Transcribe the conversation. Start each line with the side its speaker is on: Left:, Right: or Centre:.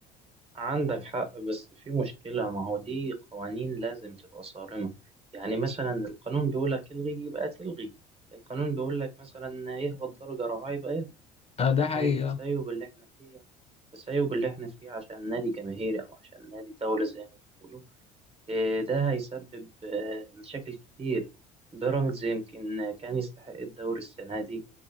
Right: عندك حق بس في مشكلة ما هو دي قوانين لازم تبقى صارمة يعني مثلا القانون بيقولك الغي يبقى تلغي القانون بيقولك مثلا يهبط درجة رباعية يبقى يهبط
Left: اه ده
Right: لكن
Left: حقيقة
Right: التسيب اللي احنا فيه التسيب اللي احنا فيه عشان نادي جماهيري أو عشان نادي دولة زي ما بيقولوا إيه، ده هيسبب آه، مشاكل كتير بيراميدز يمكن كان يستحق الدوري السنة دي